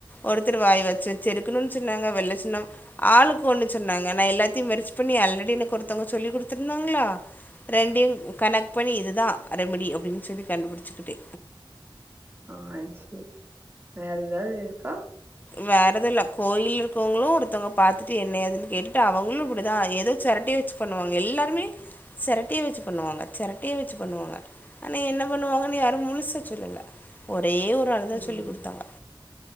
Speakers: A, on the left; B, on the right.
A: ஒருத்தரு வாய் வச்சு செருக்கணுனு சொன்னாங்க வெள்ளசின்னம் ஆளுக்கு ஒன்னு சொன்னாங்க நா எல்லாத்தையு மெர்ச்சு பண்ணி ஆல்ரெடி எனக்கு ஒருத்தவங்க சொல்லி குடுத்தருந்தாங்களா ரெண்டையு கனெக்ட் பண்ணி இது தா ரெமடி அப்டின்னு சொல்லி கண்டுபிடிச்சிக்கிடே
B: ஆ செரி வேற ஏதாவது இருக்கா
A: வேற எது இல்ல கோயிலி இருக்கவங்களு ஒருத்தவங்க பாத்துட்டு என்ன ஏதுன்னு கேட்டுட்டு அவங்களு இப்டிதா ஏதோ செரட்டைய வச்சு பண்ணுவாங்க எல்லாருமே செரட்டைய வெச்சு பண்ணுவாங்க செரட்டைய வெச்சு பண்ணுவாங்க ஆனா என்ன பண்ணுவாங்கன்னு யாரும் முழுசா சொல்லல ஒரே ஒரு ஆளு தா
B: ம்
A: சொல்லி் குடுத்தாங்க